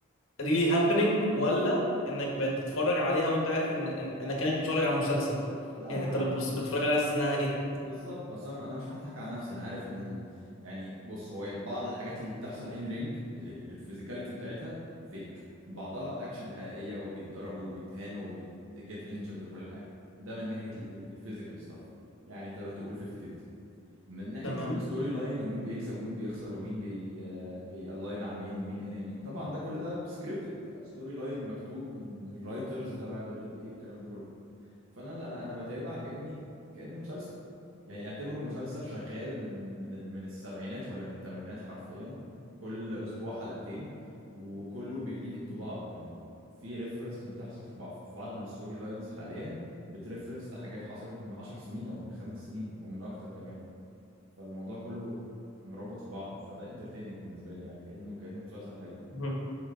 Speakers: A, on the left; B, on the right.
A: ريلي هابينج ولا انك بتتفرج عليها وانت عارف ان إن- انك كانك بتتفرج على مسلسل
B: لا
A: يعني
B: هو
A: انت
B: انا
A: بتبص بتتفرج عليها حاسس انها ايه
B: بالظبط بس انا أنا مش هضحك على نفسي انا عارف ان ال... يعني بص هو بعض الحاجات اللي بتحصل ان رينج الفيزيكاليتي بتاعتها فيك بعضها اكشلي حقيقيه وبيتضربوا وبيتهانوا وبيتجت انجرد وكل حاجه ده من ناحيه الفيزيكال ستاف يعني تقدر تقول 50 50 من ناحيه
A: تمام
B: الستوري لاين ومين بيكسب ومين بيخسر ومين بي بيالاي مع مين ومين انمي مين طبعا ده كل ده سكريبتد ستوري لاين مكتوب من الرايترز تبع الدبليو دبليو اي والكلام ده كله فانا لا انا انا بتابع كاني كانه مسلسل يعني اعتبره مسلسل شغال من من ال- من السبعينات ولا من الثمانينات حرفيا كل اسبوع حلقتين وكله بيليد انتو بعض يعني في ريفرنسز بتحصل في بعض في بعض الستوري لاينز حاليا بتريفرنس لحاجات حصلت من عشر سنين او من خمس سنين او من اكتر كمان فالموضوع كله مربط في بعضه فده انترتيننج بالنسبه لي يعني كانه كانه مسلسل حقيقي
A: مهم.